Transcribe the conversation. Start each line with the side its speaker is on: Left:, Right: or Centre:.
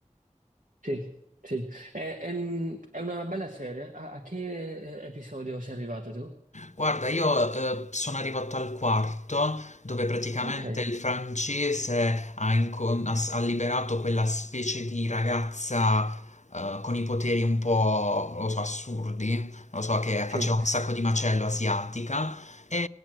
Right: Sì, sì. È, è- un- è una bella serie. A, a che eh, episodio sei arrivato tu?
Left: Guarda, io eh, sono arrivato al quarto dove praticamente
Right: Ok,
Left: il francese ha, incon- ha s- ha liberato quella specie di ragazza eh, con i poteri un po', non lo so, assurdi, non lo so, che
Right: sì.
Left: faceva un sacco di macello asiatica e,